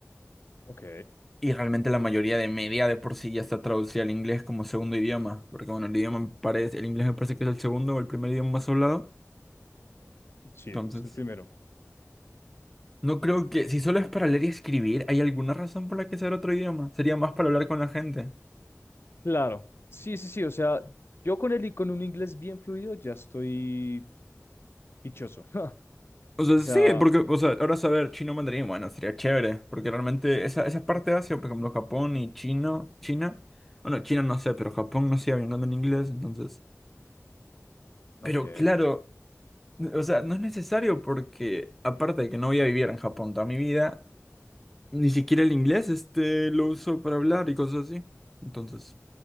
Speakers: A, on the left (about 50°); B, in the centre.
A: ok,
B: Y realmente la mayoría de media de por sí ya está traducida al inglés como segundo idioma, porque bueno, el idioma me parece, el inglés me parece que es el segundo o el primer idioma más hablado,
A: sí,
B: entonces
A: es el primero.
B: no creo que, si solo es para leer y escribir, ¿hay alguna razón por la que sea otro idioma? Sería más para hablar con la gente.
A: Claro, sí, sí, sí, o sea, yo con el, con un inglés bien fluido ya estoy dichoso. <laughs>
B: O sea,
A: O
B: sí,
A: sea,
B: porque, o sea, ahora saber chino mandarín, bueno, sería chévere, porque realmente esa, esa parte de Asia, por ejemplo, Japón y chino, China, bueno, China no sé, pero Japón no sigue hablando en inglés, entonces... Pero
A: ok.
B: claro, O sea, no es necesario porque, aparte de que no voy a vivir en Japón toda mi vida, ni siquiera el inglés este lo uso para hablar y cosas así. Entonces,